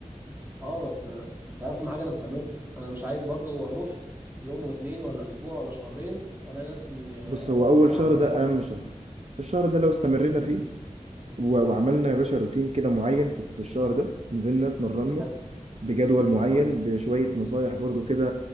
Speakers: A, on the right; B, on the right.
A: اه بس بس اهم حاجه نستمر انا مش عايز برضو اروح يوم واتنين ولا اسبوع ولا شهرين ولا نفسي آه،
B: بص هو اول
A: يعني
B: شهر
A: ريحت
B: ده اهم شهر الشهر ده لو استمرينا
A: تمام
B: فيه و- وعملنا يا باشا روتين كده معين في في الشهر ده نزلنا اتمرنا
A: حلو.
B: بجدول معين
A: تمام.
B: بشويه نصايح برضو كده